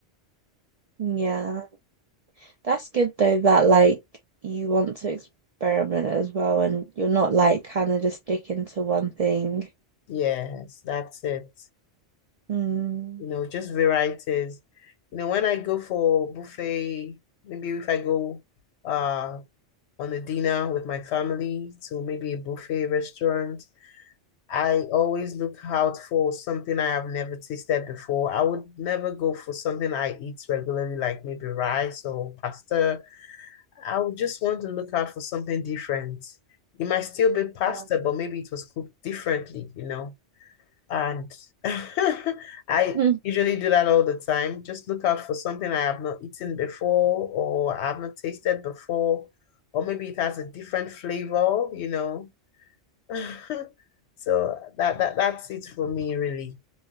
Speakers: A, on the right; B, on the left.
A: Yeah. That's good though that like you want to experiment as well and you're not like kind of just sticking to one thing.
B: Yes, that's it.
A: Mm.
B: you know, just varieties. You know, when I go for buffet, maybe if I go uh on a dinner with my family to maybe a buffet restaurant, I always look out for something I have never tasted before. I would never go for something I eat regularly, like maybe rice or pasta. I would just want to look out for something different. It might still be pasta,
A: Yeah.
B: but maybe it was cooked differently, you know. And <laughs> I
A: Mm.
B: usually do that all the time. Just look out for something I have not eaten before or I haven't tasted before, or maybe it has a different flavor, you know. <laughs> So that that that's it for me really.